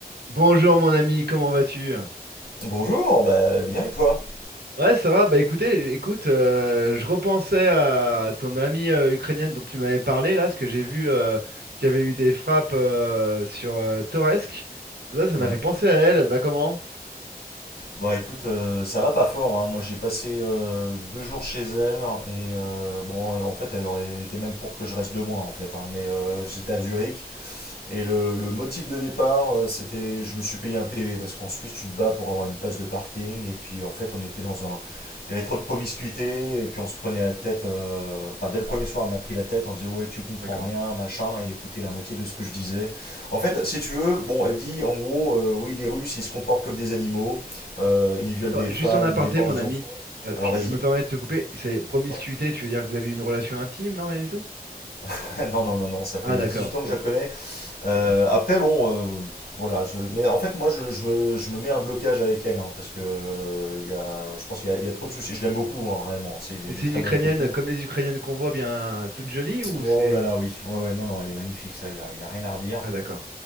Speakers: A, on the right; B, on the left.
A: Bonjour mon ami, comment vas-tu?
B: Bonjour, bah, bien et toi?
A: Ouais, ça va. Bah écoutez, écoute, euh, je repensais à ton amie euh, ukrainienne dont tu m'avais parlé là, parce que j'ai vu euh, qu'il y avait eu des frappes euh, sur euh, Toretsk. Ça, ça
B: Ouais.
A: m'a fait penser à elle. Elle va comment?
B: Bon écoute, euh, ça va pas fort, hein. Moi j'ai passé euh, deux jours chez elle et euh, bon en fait elle aurait été même pour que je reste deux mois en fait, hein, mais euh, j'étais à Zurich Et le, le motif de départ, euh, c'était je me suis payé un PV parce qu'en Suisse, tu te bats pour avoir une place de parking. Et puis en fait, on était dans un. Il y avait trop de promiscuité. Et puis on se prenait la tête. euh, Enfin, dès le premier soir, elle m'a pris la tête en disant Ouais, tu comprends
A: D'accord.
B: rien, machin. Et elle écoutait la moitié de ce que je disais. En fait, si tu veux, bon, elle dit en gros euh, Oui, les Russes, ils se comportent comme des animaux. euh, ils violent
A: Attends,
B: des
A: juste
B: femmes,
A: en aparté,
B: ils déportent
A: mon
B: des
A: ami,
B: enfants.
A: euh,
B: Alors
A: je,
B: vas-y.
A: je me permets de te couper. C'est promiscuité,
B: Ouais.
A: tu veux dire que vous avez une relation intime? Non, rien du tout?
B: <laughs> Non, non, non, non, ça fait
A: Ah d'accord,
B: euh, 18 ans que
A: ouais,
B: je la connais Euh,
A: d'accord.
B: après, bon, euh, voilà. je- mais en fait, moi, je, je me, je me mets un blocage avec elle, hein, parce que euh, il y a, je pense qu'il y a, il y a trop de soucis. Je l'aime beaucoup, hein, réellement. C'est une
A: Mais c'est
B: très
A: une Ukrainienne
B: bonne copine.
A: comme les Ukrainiennes qu'on voit bien, toute jolie ou
B: Oh
A: c'est...
B: là là, oui. Ouais, ouais, non, non, elle est magnifique, ça. Il n'y a, y a rien à redire.
A: Ah d'accord,